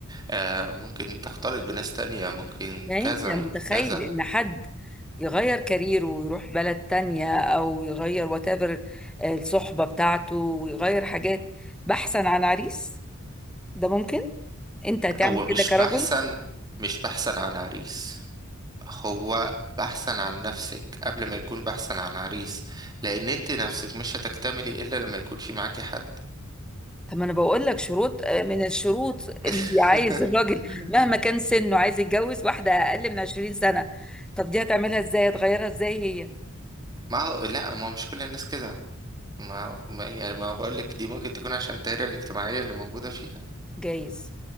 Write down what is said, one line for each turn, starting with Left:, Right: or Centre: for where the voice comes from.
Right: آه ممكن تختلط بناس تانية ممكن
Centre: يعني
Right: كذا
Centre: انت متخيل
Right: ممكن كذا
Centre: ان حد يغير كاريره ويروح بلد تانية او يغير واتيفر الصحبة بتاعته ويغير حاجات بحثا عن عريس ده ممكن انت هتعمل
Right: هو
Centre: كده
Right: مش
Centre: كرجل
Right: بحثا مش بحثا عن عريس هو بحثا عن نفسك قبل ما يكون بحثا عن عريس لان انت نفسك مش هتكتملي الا لما يكون في معاكي حد
Centre: طب ما انا بقول لك شروط آه، من الشروط
Right: <laughs>
Centre: اللي عايز الراجل مهما كان سنه عايز يتجوز واحدة اقل من 20 سنة طب دي هتعملها ازاي هتغيرها ازاي هي
Right: ما هو لا ما هو مش كل الناس كده ما ما- يعني ما بقول لك دي ممكن تكون عشان الدايره الاجتماعيه اللي موجوده فيه
Centre: جايز